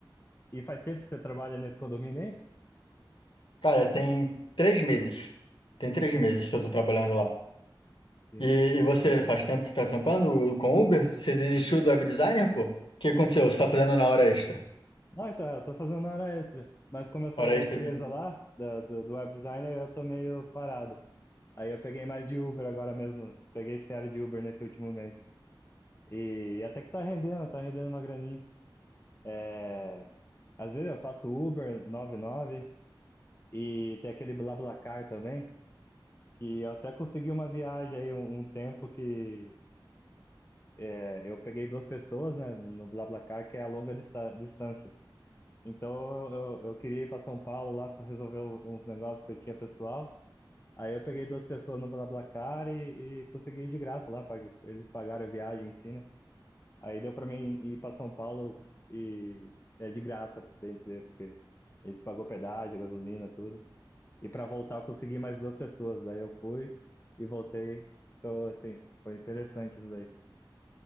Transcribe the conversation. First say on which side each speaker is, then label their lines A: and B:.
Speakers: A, on the left (about 30°); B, on the left (about 75°).
A: e faz tempo que você trabalha nesse condomínio aí?
B: Cara, tem três meses. Tem três meses que eu tô trabalhando lá.
A: Sim.
B: E, e você faz tempo que tá trampando com Uber? Você desistiu do web designer, pô? O que aconteceu? Você tá fazendo na hora extra?
A: Não, então, é, eu tô fazendo hora extra. Mas como eu saí
B: Hora
A: da
B: extra
A: empresa
B: de
A: lá, da- do, do web designer, eu tô meio parado. Aí eu peguei mais de Uber agora mesmo. Peguei sério de Uber nesse último mês. E até que tá rendendo, tá rendendo uma graninha. É, às vezes eu faço Uber noventa e nove e tem aquele BlaBlaCar também, que eu até consegui uma viagem aí um, um tempo que é, eu peguei duas pessoas, né, no no BlaBlaCar, que é a longa dista- distância. Então eu, eu, eu queria ir para São Paulo lá para resolver uns negócios que eu tinha pessoal. Aí eu peguei duas pessoas no BlaBlaCar e, e consegui ir de graça lá, pag- eles pagaram a viagem em si, né? Aí deu para mim ir para São Paulo e é de graça, bem dizer, porque eles pagou pedágio, gasolina, tudo. E para voltar eu consegui mais duas pessoas, daí eu fui e voltei. Então, assim, foi interessante isso daí.